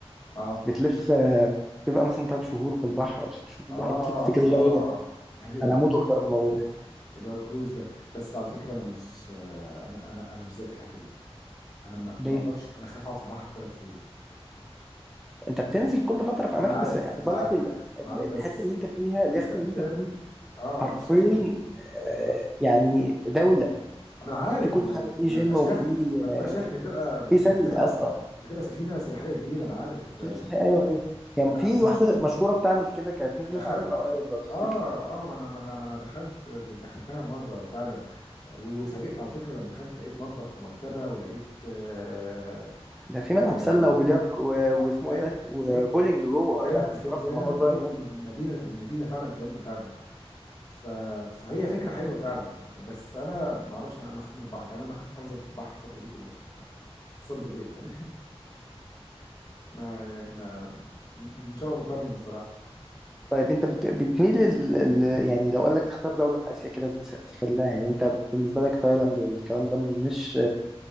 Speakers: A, on the left (about 35°); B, in the centre.
A: اه
B: بتلف بتبقى مثلا تلات شهور في البحر أو ست شهور في
A: اه
B: البحر بتلف في كذا
A: اه
B: دولة
A: ايوه
B: أنا هموت وأجرب الموضوع ده
A: اللي هو كروز ده بس على فكره انا مش آه، انا انا انا مش زيك في الحته دي انا ما ما
B: ليه
A: اقدرش انا خاف اقعد في البحر ثلاث شهور
B: انت بتنزل كل فتره في
A: انا
B: اماكن
A: عارف
B: بس خد
A: انا
B: بالك
A: عارف
B: ال- ال-
A: انا عارف
B: الحته
A: بس
B: اللي انت فيها اليخت
A: بس اساس
B: اللي انت فيه
A: اه
B: حرفيا
A: مش يخت بقى.
B: آه،
A: ما هو-
B: يعني دوله
A: ما انا عارف
B: في كل
A: ما
B: حاجه في
A: ما
B: جيم
A: بيبقاش
B: وفي
A: يخت ما بتبقاش
B: آه،
A: يخت
B: في
A: بتبقى بت-
B: في
A: بت-
B: سله
A: بتبقى
B: اصلا
A: بتبقى سفينه سياحيه كبيره انا عارف
B: في
A: آه،
B: صحيح ايوه ايوه يعني
A: انا
B: في
A: انا
B: واحده
A: شفت
B: مشهوره بتعمل كده كانت نزلت
A: تخيل
B: عندنا قريب لو تفتكر
A: اه اه ما انا ما انا ما انا دخلت دخلتها مره فعلا و- واتفاجئت على فكره لما دخلت لقيت مطبخ ومكتبه ولقيت آه
B: ده في ملعب
A: آه
B: سله
A: بول
B: وبلياردو و-
A: آه
B: واسمه
A: لقيت
B: ايه ده وبولينج
A: لقيت
B: جوه
A: زي
B: ده
A: ما
B: انا استغربت
A: زي زي
B: من
A: ما
B: موضوع
A: انت
B: البولينج
A: قلت
B: ده
A: م- مدينه مدينه فعلا كامله فعلا ف فهي فكره حلوه فعلا بس انا ما اعرفش انا بخاف من البحر يعني انا بخاف افضل في البحر الفتره دي كلها خصوصا بالليل فاهم <laughs> ما يعني ما مش هبقى مطمن الصراحه
B: طيب انت بت... بتميل ال... ال... يعني لو قال لك تختار دوله في اسيا كده تس- تفلها يعني انت بالنسبه لك تايلاند والكلام ده مش